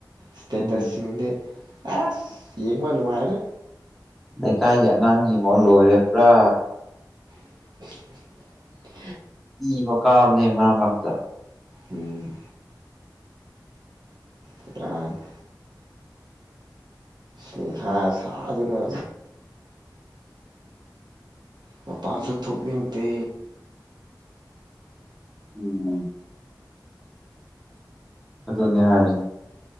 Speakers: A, on the right; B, in the centre.
A: ꯁꯇꯦꯇ꯭ꯁ
B: ꯎꯝ
A: ꯁꯤꯡꯗꯤ ꯑꯁ ꯌꯦꯡꯕ ꯅꯨꯡꯉꯥꯏꯔꯦ
B: ꯂꯩꯀꯥꯏꯒꯤ ꯑꯉꯥꯡꯁꯤꯡꯉꯣ ꯂꯣꯏꯔꯕ꯭ꯔꯥ
A: <inaudible>
B: ꯏ ꯀꯥꯕꯅꯦ ꯃꯔꯛ ꯃꯔꯛꯇ
A: ꯎꯝ ꯆꯗꯥꯡ <unintelligible> ꯅꯨꯡꯁꯥ ꯁꯥꯗꯨꯅ ꯃꯄꯥꯥꯡꯁꯨ ꯊꯣꯛ ꯅꯤꯡꯗꯦ
B: ꯎꯝ ꯑꯗꯨꯅꯦ ꯍꯥꯏꯁꯦ